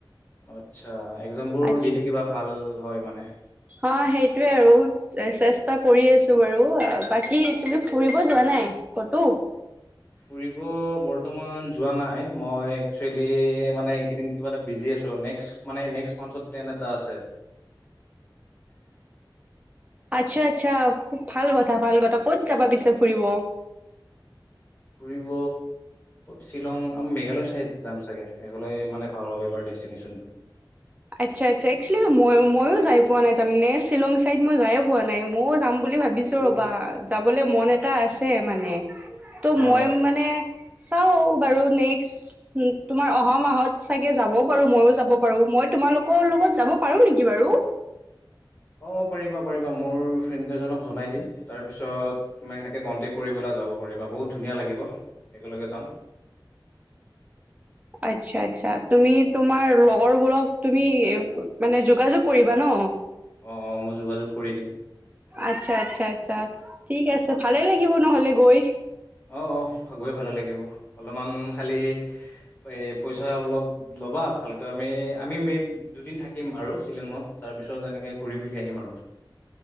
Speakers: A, on the left; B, on the right.
A: আচ্ছা একজাম বোৰ
B: আচ্ছা
A: দি থাকিবা ভাল হয় মানে
B: অ সেইটোৱে আৰু এ চেষ্টা কৰি আছো বাৰু বাকী তুমি ফুৰিব যোৱা নাই কতো
A: ফুৰিব বৰ্তমান যোৱা নাই মই একসোলি মানে এইকেইদিন কিবা এটা বিজি আছো নেক্স মানে নেক্সট মান্থত প্লেন এটা আছে
B: আচ্ছা আচ্ছা খুব ভাল কথা ভাল কথা ক'ত যাবা পিছে ফুৰিব
A: ফুৰিব শ্বিলং আৰু মেঘালয় ছাইড যাম চাগে মেঘালয় মানে ভাল' এইবাৰ ডেষ্টিনেশ্যন
B: আচ্ছা আচ্ছা একচলি মই ময়ো যাই পোৱা নাই জানো নে শ্বিলং চাইড মই যায় পোৱা নাই ময়ও যাম বুলি ভাবিছো
A: বহুত
B: ৰ'বা যাবলৈ মন এটা আছে মানে ত'
A: অ
B: মই মানে চাও বাৰু নেক্সট উ তোমাৰ অহা মাহত চাগে যাব পাৰো মইো যাব পাৰো মই তোমালোকৰ লগত যাব পাৰো নেকি বাৰু
A: অঁ পাৰিবা পাৰিবা মোৰ ফ্ৰেণ্ডকেইজনক জনাই দিম তাৰপিছত তমই সেনেকৈ কণ্টেক্ট কৰি পেলাই যাব পাৰিবা বহুত ধুনীয়া লাগিব একেলগে যাম
B: আচ্ছা আচ্ছা তুমি তোমাৰ লগৰবোৰক তুমি মানে যোগাযোগ কৰিবা ন
A: অ অ মই যোগাযোগ কৰি দিম
B: আচ্ছা আচ্ছা আচ্ছা ঠিক আছে ভালে লাগিব নহলে গৈ
A: অঁ অঁ গৈ ভালে লাগিব অলপমান খালী এই পইচা অলপ ল'বা ভালকৈ আমি আমি এই দুদিন থাকিম আৰু শ্বিলিঙত তাৰপিছত এনেকৈ ঘূৰি মেলি আহিম আৰু